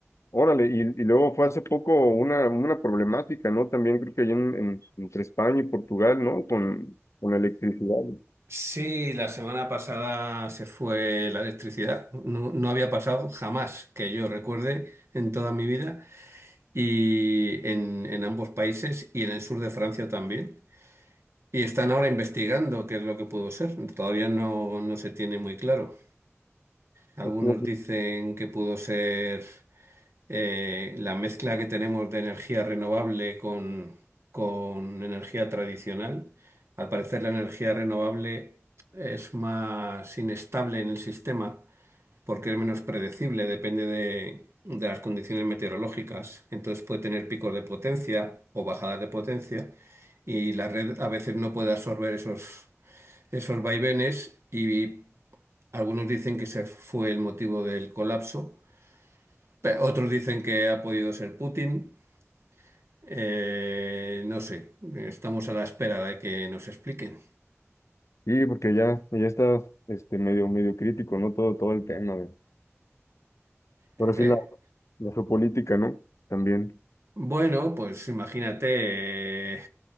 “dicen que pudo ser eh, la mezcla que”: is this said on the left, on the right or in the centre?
Right